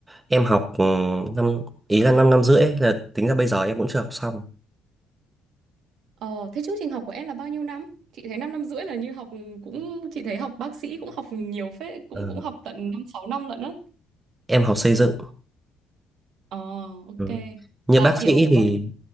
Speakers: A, on the right; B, on the right.
A: em học ừm, năm ý là 5 năm năm rưỡi ấy, là tính ra bây giờ em cũng chưa học xong.
B: Ờ, thế chương trình học của em là bao nhiêu năm? Chị thấy 5 năm năm rưỡi là như học cũng chị thấy học bác sĩ cũng học nhiều phết, cũng
A: Ờ,
B: cũng học tận 5 6 năm lận á.
A: em học xây dựng.
B: Ờ, ok.
A: Ừ. Như
B: Là
A: bác
B: kiểu
A: sĩ thì
B: gọi